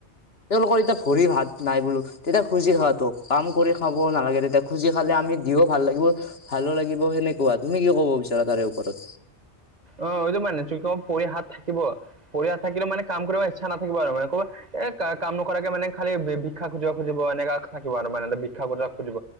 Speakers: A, on the left (about 65°); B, on the right (about 40°).
A: তেওঁলোকৰ এতিয়া ভৰি ভাত নাই বোলো তেতিয়া খুজি খোৱাতটো কাম কৰি খাব নালাগে তেতিয়া। খুজি খালে আমি দিও ভাল লাগিব ভালো লাগিব সেনেকুৱা তুমি কি ক'ব বিচাৰা তাৰে ওপৰত।
B: অ এইটো মানে ভৰি হাত থাকিব ভৰি হাত থাকিলে মানে কাম কৰিব ইচ্ছা নথাকিব আৰু মানে কবাত। এ কা কাম নকৰাকে মানে খালি ভিক্ষা খুজিব খুজিব এনেকা থাকিব আৰু মানে বিা খুজাব খুজিব